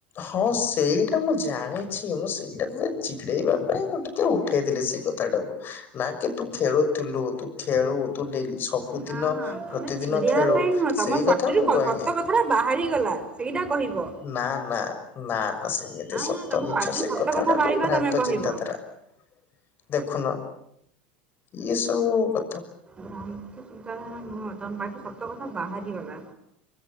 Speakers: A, on the left (about 40°); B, on the right (about 20°).
A: ହଁ ସେଇଟା ମୁଁ ଜାଣିଛି ମୁଁ ସେଇଟା ଚିଗଡେଇବା ପାଇଁ ମୁଁ ଟିକେ ଉଠେଇ ଦେି ସେଇ କଥାଟାକୁ ନା କି ତୁ ଖେଳୁଥିଲୁ ତୁ ଖେଳୁ ତୁଡ ସବୁଦିନ
B: ନା ତମେ
A: ପ୍ରତିଦିନ
B: ଚିଡେଇବା
A: ଖେଳୁ
B: ପାଇଁ ନୁହଁ ତମ
A: ସେଇ
B: ପାଟିରୁ
A: କଥା ମୁଁ କହିନି
B: ସତ କଥାଟା ବାହାରିଗଲା ସେଇଟା କହିବ।
A: ନା ନା ନା ନା ସେମିତି ସତ
B: ନା ତମ
A: ମିଛ
B: ପାଟିରୁ
A: ସେ
B: ସତ
A: କଥା ଗୁଡାକ
B: ବାହାରିଗଲା
A: ଭ୍ରାନ୍ତ
B: ତମେ କହିବ।
A: ଚିନ୍ତାଧାରା <inaudible> ଦେଖୁନ। ଏଇଏ ସବୁ କ
B: ୍ର ଚିନ୍ତାଧାର ନୁ ତ ପାଠ ସ୍ତ କଥା ବାହାରିଗଲା।